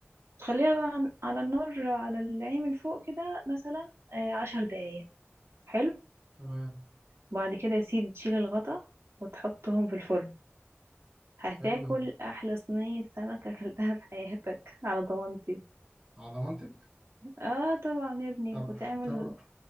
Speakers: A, on the right (about 70°); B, on the right (about 20°).
A: تخليها بقى عن- على النار على العين من فوق كده مثلا آه، عشر دقايق حلو
B: تمام
A: بعد كده يا سيدي تشيل الغطا وتحطهم في الفرن هتاكل
B: حلو ده
A: احلى صينية سمك اكلتها في حياتك على ضمانتي
B: على ضمانتك
A: اه طبعا يا ابني
B: طب
A: وتعمل
B: طب